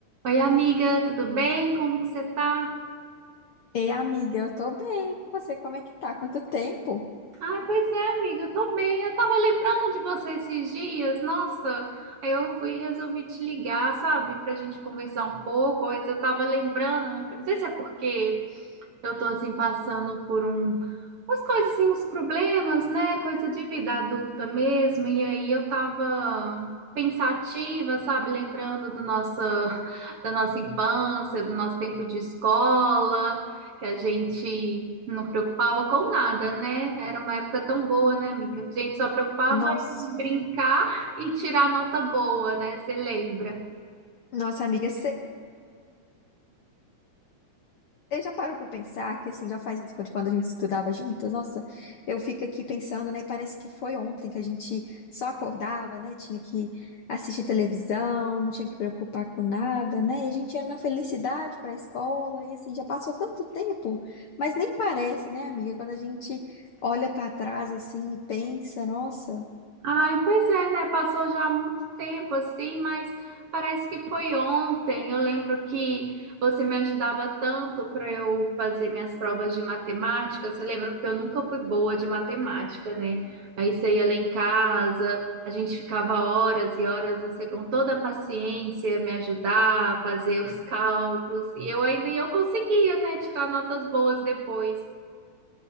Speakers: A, on the right (about 60°); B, on the left (about 65°).
A: Oi, amiga, tudo bem? Como que você tá?
B: Ei, amiga, eu tô bem. E Você, como é que tá? Quanto tempo?
A: Ai, pois é, amiga, eu tô bem. Eu tava lembrando de você esses dias, nossa. Aí eu fui e resolvi te ligar, sabe, pra gente conversar um pouco. Mas eu tava lembrando, minha filha, não sei se é porque. Eu tô assim passando por um, umas coisas assim, uns problemas, né? Coisa de vida adulta mesmo. E aí eu tava pensativa, sabe? Lembrando do nossa, <laughs> da nossa infância, do nosso tempo de escola, que a gente não preocupava com nada, né? Era uma época tão boa, né, amiga? A gente só preocupava
B: Nossa,
A: em brincar <laughs> e tirar nota boa, né? Você lembra?
B: nossa amiga, você já parou pra pensar que assim, já faz uns quando quando a gente estudava juntas? Nossa, eu fico aqui pensando, né? e Parece que foi ontem que a gente só acordava, né? Tinha que assistir televisão, não tinha que preocupar com nada, né? E a gente ia na felicidade pra escola e assim, já passou tanto tempo, mas nem parece, né, amiga? Quando a gente olha pra trás assim e pensa, nossa.
A: Ai, pois é, né? Passou já há muito tempo assim, mas parece que foi ontem. Eu lembro que você me ajudava tanto para eu fazer minhas provas de matemática. Você lembra porque eu nunca fui boa de matemática, né? Aí você ia lá em casa, a gente ficava horas e horas, você com toda a paciência me ajudar a fazer os <laughs> cálculos. E eu ainda e eu conseguia, né, tirar notas boas depois.